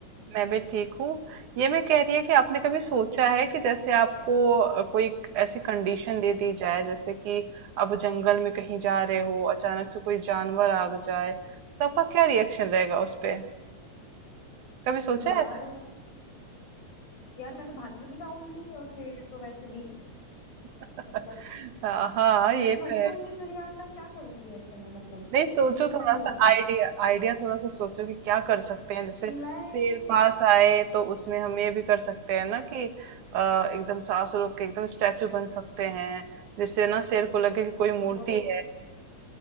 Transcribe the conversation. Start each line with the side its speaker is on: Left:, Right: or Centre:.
Right: मैं भी ठीक हूँ ये मैं कह रही है कि आपने कभी सोचा है कि जैसे आपको अ, कोई ऐसी कंडीशन दे दी जाए जैसे कि आप जंगल में कहीं जा रहे हो अचानक से कोई जानवर आ जाए तो आपका क्या रिएक्शन रहेगा उस पे कभी सोचा
Left: यार
Right: है ऐसे
Left: यार मैं तो भाग भी नहीं पाऊंगी और शेर तो वैसे भी
Right: <laughs>
Left: मतलब
Right: हाँ हाँ, ये
Left: मैं तो मर
Right: तो
Left: ही जाऊंगी
Right: है
Left: फिर यार मैं क्या करूंगी ऐसे में मतलब
Right: नहीं सोचो
Left: सोचने
Right: थोड़ा
Left: वाली
Right: सा
Left: बात है
Right: आइडिया आइडिया थोड़ा सा सोचो कि क्या कर सकते हैं जैसे
Left: मैं
Right: शेर पास आए तो उसमें हम ये भी कर सकते हैं ना कि अ, एकदम सांस रोक के एकदम स्टैचू बन सकते हैं जिससे ना शेर को लगे कि कोई मूर्ति
Left: वो तो
Right: है